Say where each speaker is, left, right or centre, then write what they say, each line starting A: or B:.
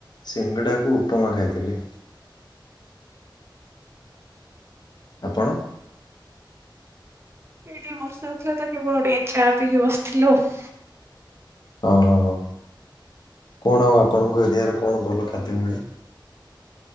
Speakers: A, on the left; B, on the right.
A: ସିଙ୍ଗଡ଼ାକୁ ଉପମା ଖାଇଥିଲି। ଆପଣ?
B: ଏ ଟିକେ ବର୍ଷା ହଉଥିଲା ତ କେବଳ ଟିକେ ଚା ପିଇି ବସିଥିଲୁ ଆଉ।
A: ହଁ ହଁ ହଁ କଣ ଆଉ ଆପଣଙ୍କ ଏରିଆରେ କଣ ଭଲ ଖାଦ୍ୟ ମିଳେ?